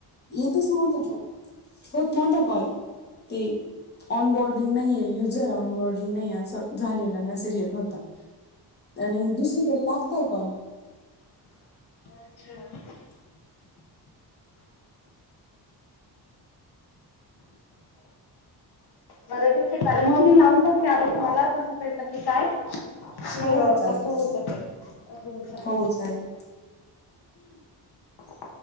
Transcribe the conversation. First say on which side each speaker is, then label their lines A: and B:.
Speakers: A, on the left; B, on the left.
A: येतच नव्हत चौक. होप कोणता कॉल ते. ऑन बोर्डिंग नाही आहेे युझर ऑन बोर्डिंग नाही असं झालेला मेसेज येत होता. आणि दुसरीकडे लागताय कॉल.
B: अच्छा. बरं ठीक आहे चालेल मग मी लावून बघते अग तुम्हाला तसंच येतं की काय. ते
A: हो
B: अ
A: हो चालेल
B: कसं
A: चालेल
B: होत ते अस ग चाललंय.
A: हो चालेल
B: <inaudible>